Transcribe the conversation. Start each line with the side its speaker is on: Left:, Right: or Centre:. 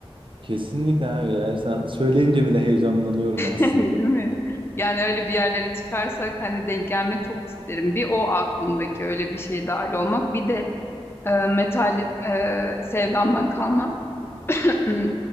Right: Kesinlikle abi ya sen söyleyince bile heyecanlanıyorum aslında.
Left: <laughs> Değil mi? Yani öyle bir yerlere çıkarsak hani denk gelmek çok isterim. Bir o aklımdaki öyle bir şey dahil olmak. Bir de e, metal e, sevdamdan kalma. Hmm,